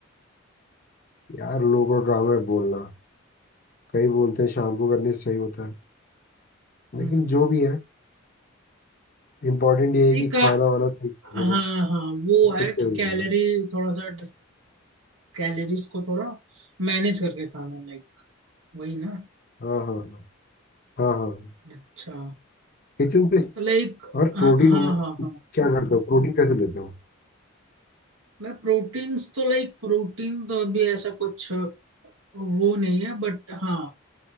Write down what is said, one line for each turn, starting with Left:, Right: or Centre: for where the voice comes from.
Left: यार लोगों का काम है बोलना कई बोलते हैं शाम को करने से सही होता है लेकिन
Right: हम्म हम्म
Left: जो भी है इम्पोर्टेंट ये
Right: नहीं
Left: है कि
Right: का
Left: खाना वाना सही दे
Right: हाँ
Left: दो
Right: हाँ वो
Left: तो
Right: है
Left: खुद से
Right: कि
Left: हो जाएगा
Right: कैलोरी थोड़ा सा कैलोरीज को थोड़ा मैनेज करके खाना लाइक वही ना
Left: हाँ हाँ हाँ हाँ हाँ
Right: अच्छा
Left: किचन से
Right: तो लाइक
Left: और
Right: हाँ
Left: प्रोटीन
Right: हाँ
Left: वो
Right: हाँ
Left: क्या
Right: हाँ
Left: करते हो प्रोटीन कैसे लेते हो
Right: मैं प्रोटीन्स तो लाइक प्रोटीन तो अभी ऐसा कुछ वो नहीं है बट हाँ